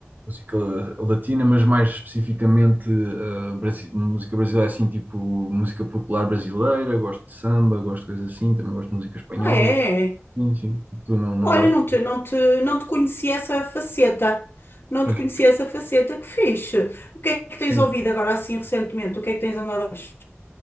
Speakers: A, on the right; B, on the left.
A: música latina, mas mais especificamente ah, brasi- música brasileira, assim, tipo música popular brasileira, gosto de samba, gosto de coisas assim, também gosto de música espanhola.
B: Ah, é? é.
A: Sim, sim. Tu não, não
B: Olha,
A: gostas?
B: não te, não te, não te conhecia essa faceta. Não
A: Pois.
B: te conhecia essa faceta. Que fixe. O que é que tens
A: É.
B: ouvido agora, assim, recentemente? O que é que tens andado a ouvir?